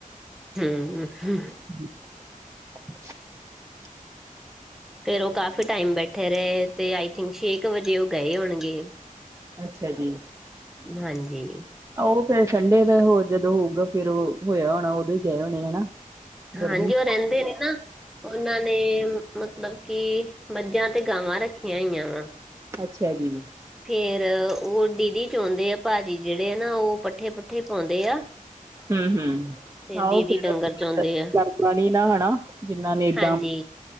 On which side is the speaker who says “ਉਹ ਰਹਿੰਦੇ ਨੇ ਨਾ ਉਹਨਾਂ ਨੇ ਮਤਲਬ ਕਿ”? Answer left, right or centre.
Centre